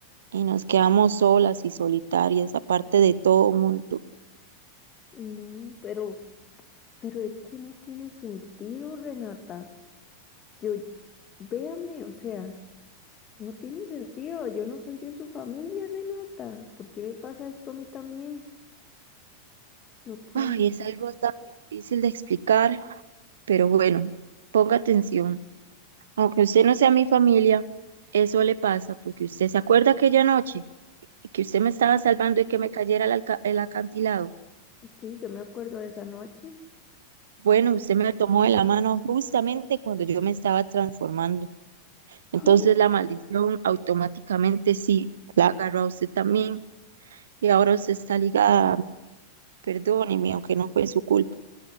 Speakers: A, on the right; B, on the left.
A: y nos quedamos solas y solitarias, aparte de todo mundo.
B: No, pero, pero es que no tiene sentido, Renata. Yo, véame, o sea, no tiene sentido. Yo no soy de su familia, Renata. ¿Por qué me pasa esto a mí también? No puede
A: Ay, es algo tan difícil de explicar, pero bueno, ponga atención. Aunque usted no sea mi familia, eso le pasa porque usted se acuerda aquella noche y que usted me estaba
B: ser.
A: salvando y que me cayera el, alca- el acantilado.
B: Sí, yo me acuerdo de esa noche.
A: Bueno, usted me tomó de la mano justamente cuando yo me estaba transformando.
B: ¿Qué?
A: Entonces la maldición automáticamente sí la agarró a usted también. y ahora usted está ligada, perdóneme, aunque no fue su culpa.